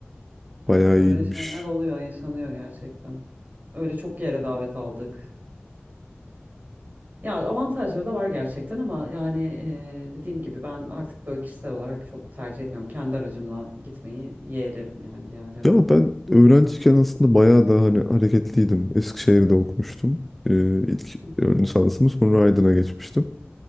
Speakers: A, in the centre; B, on the right.
A: Bayağı
B: öyle
A: iyiymiş.
B: şeyler oluyor yaşanıyor gerçekten. Öyle çok yere davet aldık. Ya avantajları da var gerçekten ama yani eee, dediğim gibi ben artık böyle kişisel olarak çok tercih etmiyorum. Kendi aracımla gitmeyi yeğlerim yani bir yerlere.
A: Ya ama ben öğrenciyken aslında bayağı da hani hareketliydim. Eskişehir'de okumuştum. Ee, ilk
B: Hı hı,
A: ön lisansımı sonra Aydın'a geçmiştim.